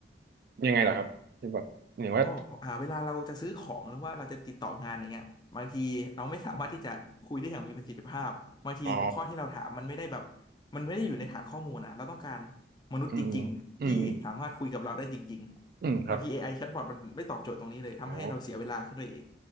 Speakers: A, on the right; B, on the left.
A: ยังไงเหรอครับคือแบบหรืว่า
B: อ๋ออ่าเวลาเราจะซื้อของหรือว่าเราจะติดต่องานอย่างเงี้ยบางทีเราไม่สามารถที่จะคุยได้อย่างมีประสิทธิภาพบางทีหัวข้อที่เราถามมันไม่ได้แบบ
A: อ๋อ
B: มันไม่ได้อยู่ในฐานข้อมูลนะเราต้องการมนุษย์จริงๆที่สามารถคุยกับเราได้จริงๆบางที
A: อืมอืมอืมอืมครับ
B: AI แชทบอทมันไม่ตอบโจทย์ตรงนี้เลยทำให้เราเสียเวลาขึ้นไปอีก
A: อ๋อ